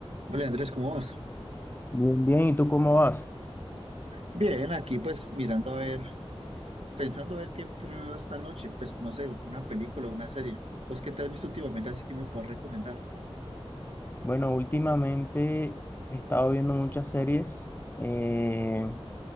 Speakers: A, on the right (about 75°); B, on the left (about 20°).
A: Hola Andrés, ¿cómo vas?
B: Bien, bien, ¿y tú cómo vas?
A: Bien, aquí pues mirando a ver, pensando a ver qué, qué me veo esta noche, pues no sé, una película, una serie. ¿Pues qué te has visto últimamente así que me puedes recomendar?
B: Bueno, últimamente he estado viendo muchas series. eh,